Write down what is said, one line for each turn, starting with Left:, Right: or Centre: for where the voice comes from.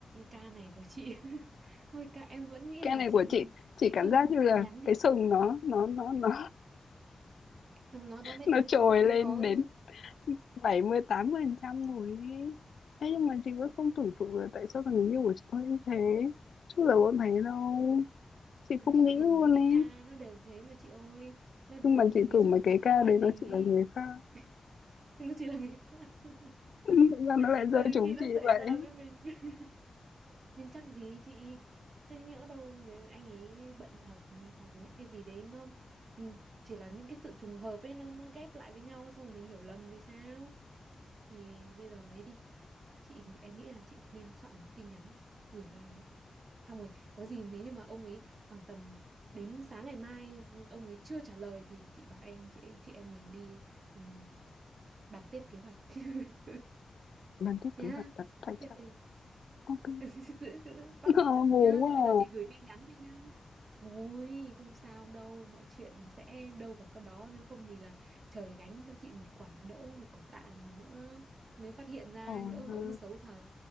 Right: ca này của chị <laughs> thôi ca em vẫn nghĩ
Left: cái
Right: là
Left: này
Right: chị
Left: của
Right: nên
Left: chị chị
Right: chị
Left: cảm
Right: cứ
Left: giác như là
Right: nhắn đi
Left: cái sừng nó nó nó nó
Right: nó nó mới
Left: nó
Right: đang
Left: trồi
Right: đang
Left: lên
Right: có
Left: đến bảy mươi tám phần trăm rồi ý. Thế nhưng mà chị vẫn không tưởng
Right: <laughs>
Left: tượng là tại sao thằng người yêu của chị có như thế chứ giờ vẫn thấy đâu chị
Right: Ừ,
Left: không
Right: thì
Left: nghĩ
Right: thường
Left: luôn
Right: mấy cái
Left: ấy
Right: ca nó đều thế mà chị ơi nó
Left: nhưng mà chị
Right: ví
Left: tưởng
Right: dụ
Left: mấy cái
Right: cái ca
Left: ca
Right: ngoại
Left: đấy nó
Right: tình
Left: chỉ
Right: ý
Left: là người khác
Right: <laughs> nó chỉ là người khác <laughs>
Left: <laughs> tại sao nó lại rơi
Right: cho đến
Left: chúng
Right: khi nó
Left: chị
Right: xảy
Left: vậy
Right: ra với mình <laughs> nhưng chắc gì chị chứ nhỡ đâu người anh ấy bận thật hoặc là những cái gì đấy nó ừ, chỉ là những cái sự trùng hợp ấy nó nó ghép lại với nhau xong rồi mình hiểu lầm thì sao Thì bây giờ ấy đi. Chị em nghĩ là chị nên soạn một tin nhắn gửi cho anh ấy. Xong rồi, có gì nếu như mà ông ấy khoảng tầm đến sáng ngày mai ông ấy chưa trả lời thì chị bảo em chị chị em mình đi ừ, bàn tiếp kế hoạch <laughs>
Left: lần tiếp
Right: nhá.
Left: kế hoạch đặt tại
Right: Thế
Left: trận
Right: bây
Left: ok
Right: <laughs> Tự- tự bắt
Left: <laughs> Ờ,
Right: tại trận
Left: ngu
Right: nhá
Left: quá
Right: thế bây
Left: à
Right: giờ chị gửi tin nhắn đi nhá thôi không sao đâu mọi chuyện sẽ đâu vào cái đó nếu không thì là trời gánh cho chị một quả đỡ một quả tạ thì nữa nếu phát hiện ra
Left: ồ
Right: nhỡ
Left: ha
Right: mà ông ấy xấu thật